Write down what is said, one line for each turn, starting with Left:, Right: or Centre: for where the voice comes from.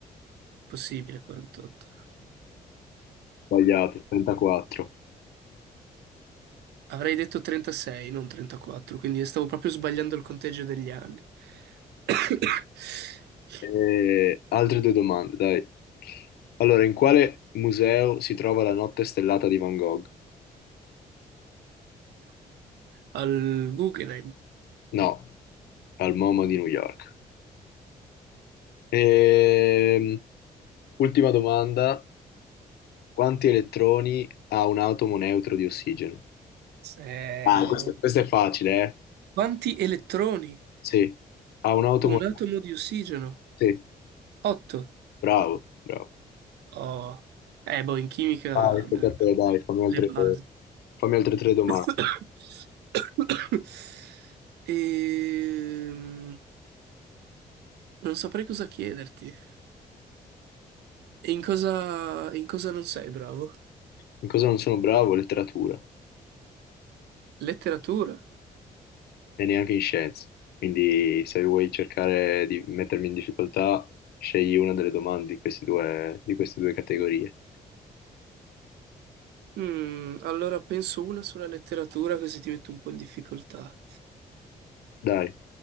Right: possibile 48.
Left: Sbagliato, 34.
Right: Avrei detto 36, non 34, quindi stavo proprio sbagliando il conteggio degli anni. <coughs>
Left: Eh, <laughs> altre due domande, dai. Allora, in quale museo si trova la notte stellata di Van Gogh?
Right: Al Guggenheim.
Left: No, al MoMA di New York. Ehm, Ultima domanda, quanti elettroni ha un atomo neutro di ossigeno?
Right: Se-
Left: Ah, questo... Questo è facile, eh?
Right: Quanti elettroni?
Left: Sì, ha un atomo...
Right: Un atomo di ossigeno?
Left: Sì,
Right: 8.
Left: bravo, bravo.
Right: Oh. Eh, boh, in chimica
Left: Vai,
Right: me
Left: tocca
Right: la
Left: a
Right: cavo,
Left: te, dai,
Right: dai.
Left: fammi altre,
Right: Le basi.
Left: fammi altre tre domande.
Right: <coughs> Ehm, Non saprei cosa chiederti. E in cosa, in cosa non sei bravo?
Left: In cosa non sono bravo? Letteratura
Right: Letteratura?
Left: e neanche in scienze. Quindi se vuoi cercare di mettermi in difficoltà, scegli una delle domande di questi due- di queste due categorie.
Right: Mm, allora penso una sulla letteratura così ti metto un po' in difficoltà.
Left: Dai,